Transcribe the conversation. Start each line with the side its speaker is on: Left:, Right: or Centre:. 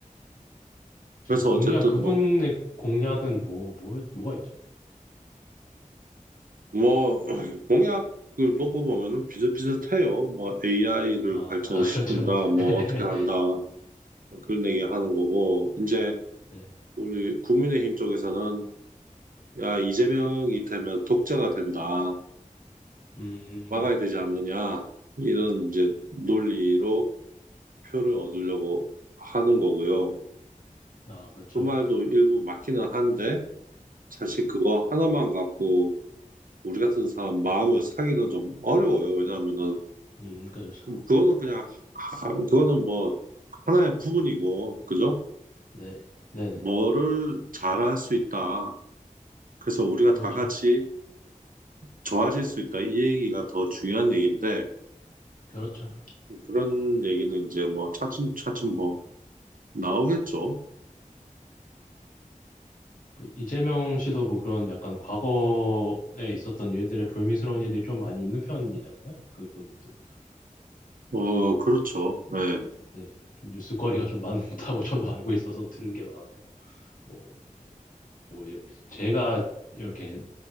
Left: 혹시
Right: 그래서
Left: 뭐 공약,
Right: 어쨌든
Left: 그분의
Right: 뭐,
Left: 공약은 뭐, 뭐, 뭐가 있죠?
Right: 뭐, 공약을 놓고 보면은 비슷비슷해요. 뭐 AI를
Left: 아,
Right: 발전시킨다,
Left: 아, 그렇죠.
Right: 뭐
Left: <laughs>
Right: 어떻게 한다, 뭐 그런 얘기 하는 거고, 이제
Left: 네.
Right: 우리 국민의힘 쪽에서는 야, 이재명이 되면 독재가 된다.
Left: 음,
Right: 막아야 되지 않느냐. 이런 이제 논리로 표를 얻으려고 하는 거고요.
Left: 아, 그렇죠.
Right: 그 말도 일부 맞기는 한데, 사실 그거 하나만 갖고 우리 같은 사람 마음을 사기는 좀 어려워요. 왜냐하면은
Left: 음, 그렇죠.
Right: 그거는 그냥 하- 그거는 뭐 하나의 부분이고 그죠?
Left: 네. 네네.
Right: 뭐를 잘할 수 있다. 그래서 우리가
Left: 그렇죠.
Right: 다 같이 좋아질 수 있다. 이 얘기가 더 중요한 얘기인데
Left: 그렇죠.
Right: 그런 얘기는 이제 뭐 차츰 차츰 뭐 나오겠죠.
Left: 뭐 이재명 씨도 뭐 그런 약간 과거에 있었던 일들의 불미스러운 일들이 좀 많이 있는 편이잖아요. 그분도
Right: 어 그렇죠.
Left: 뭐
Right: 네.
Left: 네, 뉴스거리가 좀 많다고 저도 알고 있어서 들은 게 많아서 뭐, 뭐 이렇게 제가 이렇게